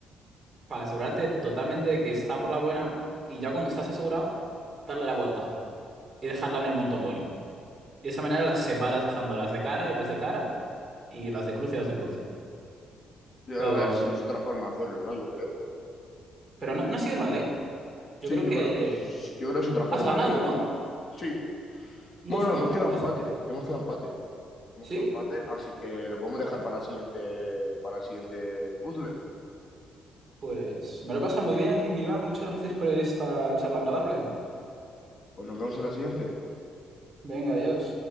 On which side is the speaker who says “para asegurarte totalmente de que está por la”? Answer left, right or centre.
Right